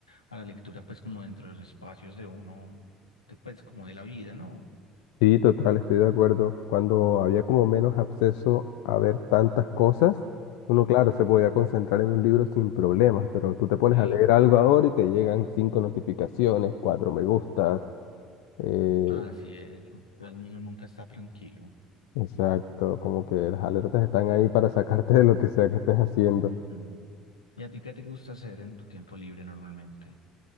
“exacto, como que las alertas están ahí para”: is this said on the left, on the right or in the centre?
Left